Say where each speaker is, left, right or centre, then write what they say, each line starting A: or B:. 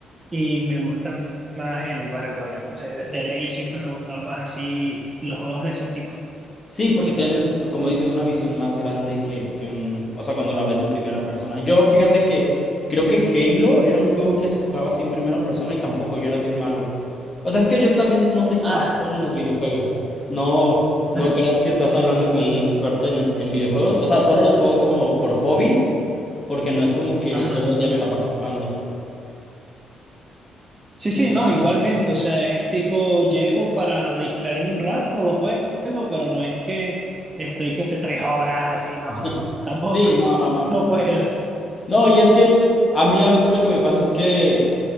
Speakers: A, on the right (about 15°); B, on the left (about 20°).
A: y me gusta más el Battle Royale. No sé, de, de ley siempre me ha gustado más así los juegos de ese tipo.
B: Sí, porque tienes, eh, como dices, una visión más grande que, que un... O sea, cuando la ves en primera persona. Yo, fíjate que creo que Halo era un juego que se jugaba así en primera persona y tampoco yo era bien malo. O sea, es que yo también no soy tan
A: Ah,
B: bueno en los videojuegos. No,
A: <laughs>
B: no creas que estás hablando con un experto en, en videojuegos. O sea, solo los juego como por hobby, porque no es como que
A: ajá.
B: todo el día me la pase jugando.
A: Sí, sí,
B: Y-
A: no,
B: y-
A: igualmente. O sea, es tipo, llego para distraerme un rato, los juegos, pero no es que estoy que sé tres horas así, no,
B: <laughs>
A: no, tampoco.
B: Sí, no, no, no.
A: No puedo.
B: No, y es que a mí a veces lo que me pasa es que,